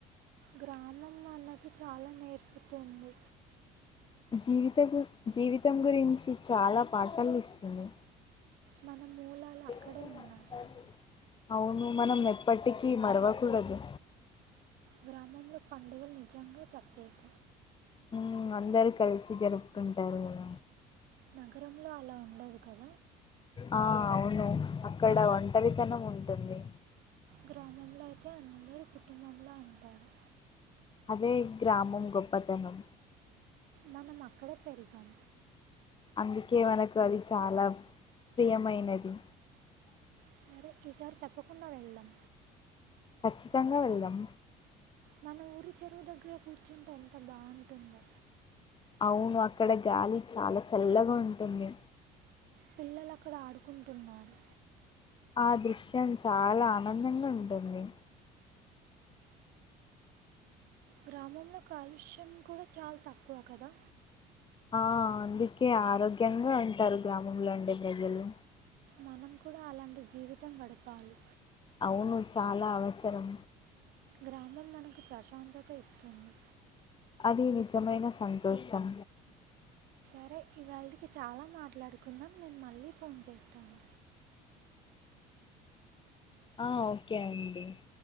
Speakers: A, on the right; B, on the left.
A: గ్రామం మనకి చాలా నేర్పుతుంది
B: జీవిత గు జీవితం గురించి చాలా పాటాలు ఇస్తుంది
A: మన మూలాలు అక్కడే
B: ఇ హాస్పిటల్
A: ఉన్నాయి
B: అవును మనం ఎప్పటికీ మరవకూడదు
A: గ్రామంలో పండుగలు నిజంగా ప్రత్యేక
B: ఉమ్మ్ అందరు కలిసి జరుపుకుంటారు గద
A: నగరంలో అలా ఉండదు కద
B: ఆ అవును అక్కడ ఒంటరితనం ఉంటుంది.
A: గ్రామంలో అయితే అందరు కుటుంబంలా ఉంటారు.
B: అదే గ్రామం గొప్పతనం
A: మనమక్కడే పెరిగాం.
B: అందుకే మనకు అది చాలా ప్రియమైనది.
A: సరే ఈసారి తప్పకుండా వెళ్దాం.
B: ఖచ్చితంగా వెళ్దాం.
A: మన ఊరి చెరువు దగ్గర కూర్చుంటే ఎంత బాగుంటుందో
B: అవును అక్కడ గాలి చాలా చల్లగుంటుంది.
A: పిల్లలక్కడ ఆడుకుంటున్నారు.
B: ఆ దృశ్యం చాలా ఆనందంగుంటుంది.
A: గ్రామంలో కాలుష్యం కూడా చాల్ తక్కువ కదా
B: ఆ అందుకే ఆరోగ్యంగా ఉంటారు గ్రామంలో ఉండే ప్రజలు
A: మనం కూడా అలాంటి జీవితం గడపాలి.
B: అవును చాలా అవసరం.
A: గ్రామం మనకి ప్రశాంతత ఇస్తుంది.
B: అది నిజమైన సంతోషం.
A: సరే ఇవాల్టికీ చాలా మాట్లాడుకున్నాం నేను మళ్ళీ ఫోన్ చేస్తాను.
B: ఆ ఓకే అండి.